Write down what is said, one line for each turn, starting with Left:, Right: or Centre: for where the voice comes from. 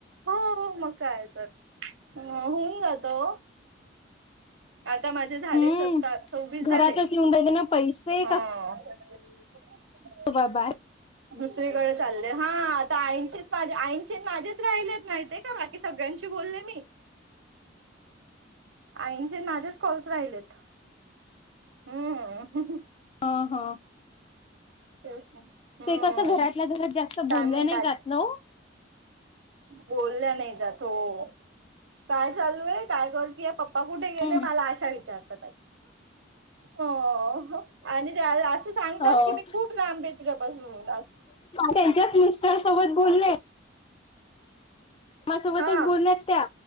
Right: हो मग काय तर हं होऊन जात ओ आता माझे झाले
Left: हम्म
Right: सत्ता सव्वीस झाले.
Left: घरातच येऊन राहिले ना पैसे
Right: हं <unintelligible>
Left: ते बाय बाय
Right: दुसरीकडे चालले हा आता आईचेच माझे आईचे माझेच राहिलेत माहीतीये. हा बाकी सगळ्यांशी बोलले मी आईंचे नं माझेच कॉल्स राहिलेत हम्म
Left: अहं
Right: तेच ना हम्म
Left: ते कस घरातल्या घरात जास्त
Right: काय
Left: बोललं
Right: मग
Left: नाय
Right: काय
Left: जात ना ओ.
Right: बोलल्या नाही जात हो काय चालू आहे काय करतीय पप् प्पा कुठे गेले
Left: हम्म
Right: मला अशा विचारतातआई. हो आणि असं सांगतात
Left: हो
Right: की मी खूप लांबे तुझ्यापासून होन
Left: त्यांच्याच मिस्टर सोबत बोलले. मा सोबतच
Right: हा
Left: बोलल्यात त्या